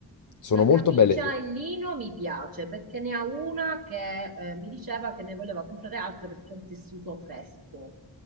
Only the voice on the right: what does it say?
la
camicia
in lino mi piace perché ne ha una che eh, mi diceva che ne voleva comprare altre perché è un tessuto fresco.